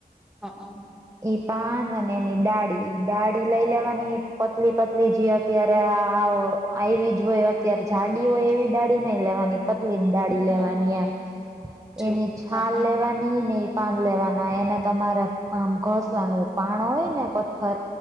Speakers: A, in the centre; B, on the right.
A: હા હ!
B: ઈ પાન અને એની ડાળી. ડાળી લઈ લેવાની, પતલી પતલી જે અત્યારે આવો. અઈવીધ. જોય અત્યારે જાડી હોય એવી દ ડાળી નહી લેવાની. પતલી ડાળી
A: હા
B: લેવાની એમ.
A: છે
B: એની છાલ
A: હા હા
B: લેવાની. પાની નહિ પાન લેવાના એને તમારે આમ ઘસવાનું. પાણ હોય ને પથ્થર.